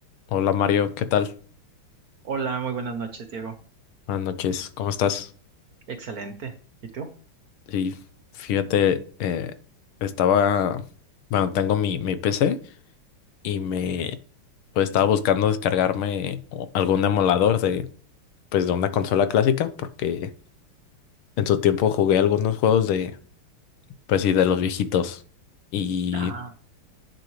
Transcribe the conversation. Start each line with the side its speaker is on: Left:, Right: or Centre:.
Left: Hola Mario, ¿qué tal?
Right: Hola, muy buenas noches, Diego.
Left: Buenas noches, ¿cómo estás?
Right: Excelente. ¿Y tú?
Left: Y fíjate, eh, estaba, bueno, tengo mi, mi PC y me, pues estaba buscando descargarme o- algún emulador de, pues de una consola clásica porque en su tiempo jugué algunos juegos de, pues sí, de los viejitos y
Right: Ah,